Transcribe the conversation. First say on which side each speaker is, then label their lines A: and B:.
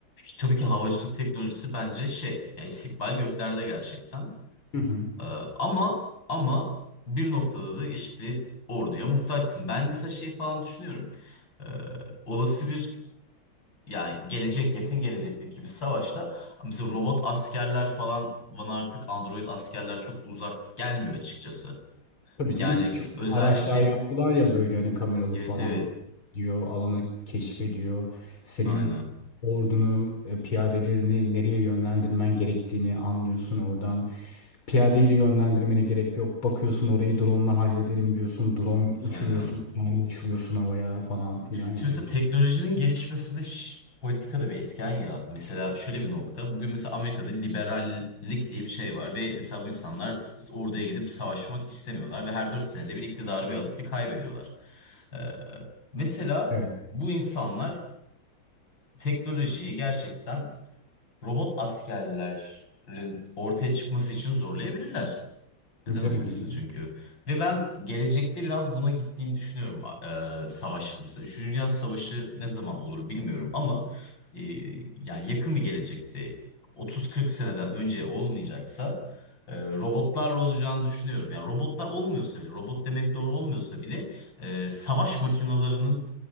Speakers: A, on the left; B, on the left.
A: tabii ki havacılık teknolojisi bence şey ya istikbal göklerde gerçekten.
B: Hı hı.
A: Ee, ama ama bir noktada da işte orduya muhtaçsın. Ben mesela şey falan düşünüyorum. Ee, olası bir Yani gelecek yakın gelecekteki bir savaşta mesela robot askerler falan bana artık android askerler çok uzak gelmiyor açıkçası.
B: Tabii
A: Yani
B: canım küçük
A: özellikle
B: araçlar yaptılar ya böyle hani kameralı
A: evet
B: falan
A: evet
B: diyor alanı keşfediyor. Senin
A: aynen
B: ordunu e, piyadelerini nereye yönlendirmen gerektiğini anlıyorsun oradan. Piyadeyi de yönlendirmene gerek yok. Bakıyorsun orayı drone'la hallederim diyorsun. Drone uçuruyorsun
A: aynen.
B: yani uçuruyorsun havaya falan filan yani.
A: Şimdi mesela teknolojinin gelişmesinde ş- politika da bir etken ya. Mesela şöyle bir nokta. Bugün mesela Amerika'da liberallik diye bir şey var ve mesela bu insanlar orduya gidip savaşmak istemiyorlar ve her 4 senede bir iktidarı bir alıp bir kaybediyorlar. Ee, mesela
B: Evet
A: bu insanlar teknolojiyi gerçekten robot askerlerin ortaya çıkması için zorlayabilirler. Neden
B: tabii
A: olmasın
B: ki canım.
A: çünkü. Ve ben gelecekte biraz buna gittiğini düşünüyorum. Eee savaşın mesela 3. Dünya Savaşı ne zaman olur bilmiyorum ama eee, yani yakın bir gelecekte 30-40 seneden önce olmayacaksa eee, robotlarla olacağını düşünüyorum. Yani robotlar olmuyorsa bile, robot demek doğru olmuyorsa bile eee, savaş makinalarının